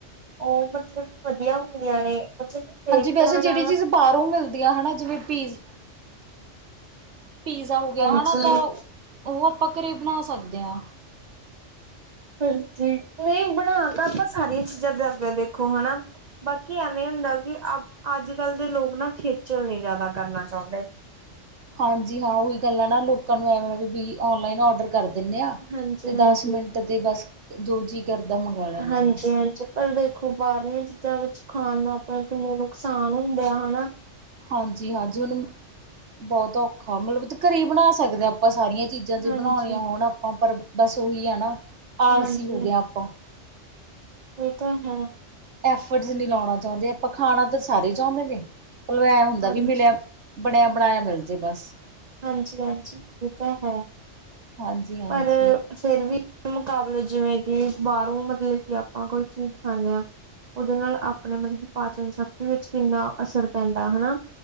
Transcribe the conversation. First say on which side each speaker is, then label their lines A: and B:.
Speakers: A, on the right (about 40°); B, on the right (about 65°).
A: ਉਹ ਮਤਲਬ ਵਧੀਆ ਹੁੰਦੀਆਂ ਨੇ। ਠੀਕ
B: ਵੈਸੇ
A: ਹਾਂਜੀ।
B: ਜਿਹੜੀ ਚੀਜ਼ ਬਾਹਰੋਂ ਮਿਲਦੀ ਆ ਹਨਾ ਜਿਵੇਂ ਪੀਜ਼ ਪੀਜ਼ਾ ਹੋ ਗਿਆ
A: ਹਾਂਜੀ,
B: ਹਨਾ, ਤਾਂ ਉਹ ਆਪਾਂ ਘਰੇ ਬਣਾ ਸਕਦੇ ਹਾਂ।
A: ਹਾਂਜੀ। ਨਹੀਂ ਬਣਾ ਤਾਂ ਆਪਾਂ ਸਾਰੀਆਂ ਚੀਜ਼ਾਂ ਸਕਦੇ ਦੇਖੋ ਹਨਾ। ਬਾਕੀ ਐਵੇਂ ਹੁੰਦਾ ਕਿ ਅ ਅੱਜ ਕੱਲ ਦੇ ਲੋਕ ਨਾ ਖੇਚਲ ਨਹੀਂ ਜਿਆਦਾ ਕਰਨਾ ਚਾਹੁੰਦੇ।
B: ਹਾਂਜੀ ਹਾਂ ਉਹੀ ਗੱਲ ਆ ਨਾ ਲੋਕਾਂ ਨੂੰ ਐਵੇਂ ਵੀ ਔਨਲਾਈਨ ਔਡਰ। ਕਰ ਦਿੰਨ ਆਂ,
A: ਹਾਂਜੀ,
B: ਤੇ
A: ਹਾਂਜੀ।
B: ਦਸ ਮਿੰਟ ਤੇ ਬਸ ਜੋ ਜੀ ਕਰਦਾ ਮੰਗਵਾ ਲੈਂਦੇ
A: ਹਾਂਜੀ,
B: ਆਂ ਬਸ।
A: ਹਾਂਜੀ ਪਰ ਦੇਖੋ ਬਾਹਰਲੀਆਂ ਚੀਜ਼ਾਂ ਵਿੱਚ ਖਾਣ ਨੂੰ ਆਪਣਾ ਕਿਨੂੰ ਨੁਕਸਾਨ ਹੁੰਦਾ ਹਨਾ।
B: ਹਾਂਜੀ -ਹਾਂਜੀ, ਹੁਣ ਬਹੁਤ ਔਖਾ ਮਤਲਬ ਘਰੇ ਹੀ ਬਣਾ ਸਕਦੇ ਹਾਂ ਆਪਾਂ ਸਾਰੀਆਂ ਚੀਜ਼ਾਂ। ਚੀਜ਼ਾਂ ਜੇ
A: ਹਾਂਜੀ,
B: ਬਣਾਉਣੀਆਂ ਹੋਣ ਆਪਾਂ ਪਰ ਬਸ ਉਹੀ ਹੈ ਨਾ ਆਲਸੀ
A: ਹਾਂਜੀ
B: ਹੋ ਗਿਆ ਆਪਾਂ।
A: ਇਹ ਤਾਂ ਹੈ।
B: ਐਫਡ ਨਹੀਂ ਲਾਉਣਾ ਚਾਹੁੰਦੇ ਆਪਾ, ਖਾਣਾ ਤਾਂ ਸਾਰੇ ਚਾਹੁੰਦੇ ਨੇ ਮਤਲਬ ਇਹ ਹੁੰਦਾ
A: ਹਾਂਜੀ।
B: ਵੀ ਮਿਲਿਆ ਬਣਿਆ ਬਣਾਇਆ ਮਿਲ ਜਾੇ ਬਸ।
A: ਹਾਂਜੀ- ਹਾਂਜੀ। ਇਹ ਤਾਂ ਹੈ।
B: ਹਾਂਜੀ ਹਾਂਜੀ
A: ਪਰ। ਫਿਰ ਵੀ ਮੁਕਾਬਲੇ ਜਿਵੇਂ ਕਿ ਬਾਹਰੋਂ ਮਤਲਬ ਕਿ ਆਪਾਂ ਕੋਈ ਚੀਜ਼ ਖਾਂਦੇ ਹਾਂ। ਉਹਦੇ ਨਾਲ ਆਪਣੇ ਮਤਲਬ ਕਿ ਪਾਚਨ ਸ਼ਕਤੀ ਵਿੱਚ ਕਿੰਨਾ ਅਸਰ ਪੈਂਦਾ ਹੈਨਾ